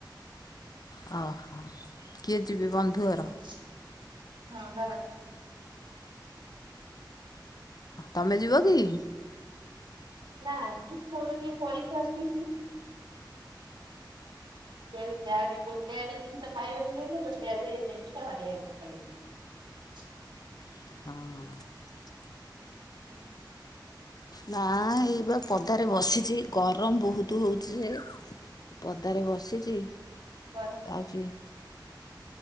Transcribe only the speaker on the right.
ଆଉ ହଁ, ବାଏ, ବାଏ।
ନାହିଁ ପୁଅର ଟିକେ ପରୀକ୍ଷା ଅଛି <inaudible> ସେ ଆଡେ ତିନିଥର ଖାଇବ <unintelligible> ଇଆଡେ ଇଏ <unintelligible>
ହ
ଗରମ